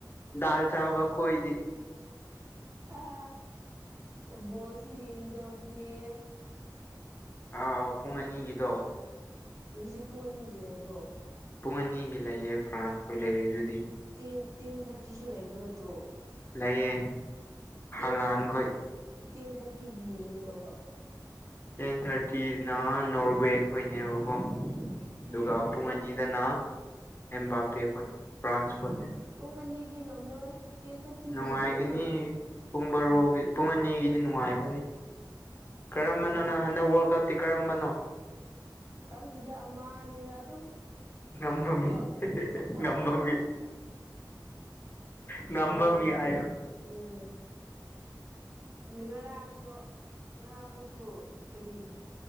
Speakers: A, on the left; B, on the right.
A: ꯗꯜ ꯆꯕ ꯈꯣꯢꯗꯤ
B: ꯑ ꯕꯣꯜꯁꯤ ꯌꯦꯡꯒꯗꯕꯅꯦ
A: ꯑꯥꯎ ꯄꯨꯡ ꯑꯅꯤꯒꯤꯗꯣ
B: ꯉꯁꯤ ꯄꯨꯡ ꯑꯅꯤꯒꯤ ꯂꯩꯕ꯭ꯔꯣ
A: ꯄꯨꯡ ꯑꯅꯤꯒꯤ ꯂꯩꯌꯦ ꯐ꯭ꯔꯥꯟꯁꯈꯣꯏ ꯂꯩꯔꯤꯗꯨꯗꯤ
B: ꯇꯦꯟ ꯇꯦꯟ ꯊꯥꯔꯇꯤꯁꯨ ꯂꯩꯕ ꯅꯠꯇ꯭ꯔꯣ
A: ꯂꯩꯌꯦ
B: ꯇꯦꯟ
A: ꯍꯂꯥꯟ
B: ꯊꯥꯔꯇꯤ
A: ꯈꯣꯏ
B: ꯇꯦꯟ ꯊꯥꯔꯇꯤꯒꯤ ꯌꯦꯡꯒꯦꯗꯧꯕ
A: ꯇꯦꯟ ꯊꯥꯔꯇꯤꯅ ꯅꯣꯔꯋꯦ ꯈꯣꯏꯅꯦꯕꯀꯣ
B: ꯎꯝ
A: ꯑꯗꯨꯒ ꯄꯨꯡ ꯑꯅꯤꯗꯅ ꯑꯦꯝꯕꯥꯄꯦ ꯈꯣꯢ ꯐ꯭ꯔꯥꯟꯁ ꯈꯣꯢ
B: ꯄꯨꯡ ꯑꯅꯤꯗꯤ ꯉꯝꯃꯔꯣꯏ ꯇꯦꯟ ꯊꯥꯔꯇꯤꯒꯤ
A: ꯅꯨꯡꯉꯥꯏꯒꯅꯤ
B: ꯑꯗꯨꯝ ꯌꯦꯡ
A: ꯄꯨꯡ ꯕꯥꯔꯣꯒꯤ
B: ꯎꯝ
A: ꯄꯨꯡ ꯑꯅꯤꯒꯤꯗꯤ ꯅꯨꯡꯉꯥꯏꯕꯅꯤ ꯀꯔꯝꯕꯅꯣ
B: ꯍꯂꯥꯟ
A: ꯅꯪ ꯍꯟꯗꯛ ꯋꯥꯔꯜ ꯀꯞ ꯇꯤ ꯀꯔꯝꯕꯅꯣ
B: ꯈꯪꯗꯦꯗ ꯑꯃꯅꯤꯅ ꯑꯗꯨꯝ
A: ꯉꯝꯕ
B: ꯊꯣꯛꯄ
A: ꯃꯤ
B: ꯊꯣꯛꯄ
A: ꯉꯝꯕ
B: ꯊꯣꯛꯄ
A: ꯃꯤ ꯉꯝꯕ
B: ꯉꯝ ꯉꯝꯕꯒꯤ
A: ꯃꯤ ꯍꯥꯢꯑꯣ꯫
B: ꯎꯝ ꯉꯔꯥꯡꯗꯣ ꯉꯔꯥꯡꯁꯨ ꯀꯔꯤ